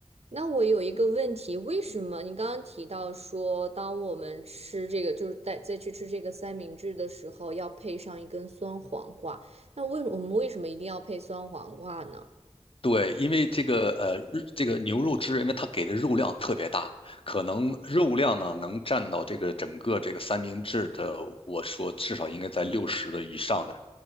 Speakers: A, on the right; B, on the left.
A: 那我有一个问题，为什么你刚刚提到说，当我们吃这个，就是在再去吃这个三明治的时候，要配上一根酸黄瓜？那为我们为什么一定要配酸黄瓜呢？
B: 对，因为这个呃，日这个牛肉汁，因为它给的肉量特别大，可能肉量呢能占到这个整个这个三明治的，我说至少应该在六十的以上的，